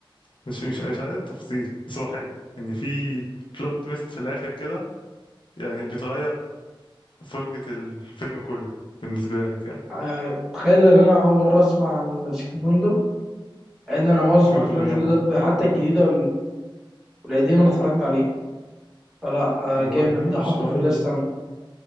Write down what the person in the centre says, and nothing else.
آه، تخيل ان انا اول مرة اسمع عن سيكريت ويندو ان انا معظم
افلام
جوني ديب حتى
الجديدة والقديم انا اتفرجت عليه فلا آه،
جامد
ده احطه
في الليست عندي